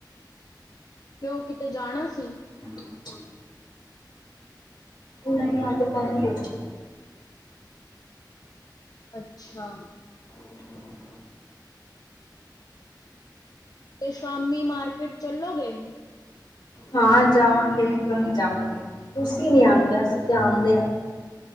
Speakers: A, on the left; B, on the left.
A: ਕਿਉਂ ਕਿਤੇ ਜਾਣਾ ਸੀ?
B: <inaudible> ਨਹੀਂ ਆਜ ਬੰਦ ਹੈਗੀ।
A: ਅੱਛਾ।
B: <inaudible>
A: ਤੇ ਸ਼ਾਮੀ ਮਾਰਕੀਟ ਚੱਲੋਗੇ?
B: ਹਾਂ ਜਾਵਾਂਗੇ ਕਿਉਂ ਨਹੀਂ ਜਾਵਾਂਗੇ, ਤੁਸੀਂ ਨੀ ਆਉਂਦੇ ਅਸੀਂ ਤੇ ਆਉਂਦੇ ਆ।